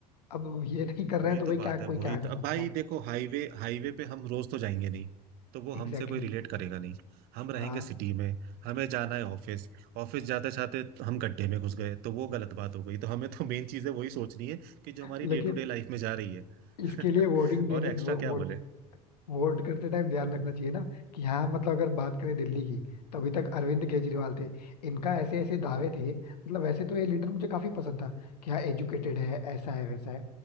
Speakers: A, on the left; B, on the right.
A: अब ये नहीं कर
B: वही
A: रहे हैं तो
B: तो
A: भाई
B: बात
A: क्या
B: है
A: कोई
B: वही
A: क्या कर
B: तो
A: सकता
B: अब भाई
A: है
B: देखो हाईवे हाईवे पे हम रोज तो जाएंगे नहीं तो वो हमसे
A: Exactly
B: कोई
A: exactly.
B: रिलेट करेगा नहीं हम रहेंगे
A: हाँ
B: सिटी में हमें जाना है ऑफिस ऑफिस जाते जाते हम गड्ढे में घुस गए तो वो गलत बात हो गई तो हमें तो मेन चीज है वही सोचनी है कि जो हमारी
A: लेकिन
B: डे टू डे लाइफ में जा रही है
A: इसके
B: <laughs>
A: लिए वोटिंग देने
B: और एक्स्ट्रा
A: वो,
B: क्या बोले
A: वोट करते टाइम ध्यान रखना चाहिए ना कि हाँ मतलब अगर बात करें दिल्ली की तो अभी तक अरविंद केजरीवाल थे इनका ऐसे ऐसे दावे थे मतलब वैसे तो ये लीडर मुझे काफी पसंद था कि हाँ एजुकेटेड है ऐसा है वैसा है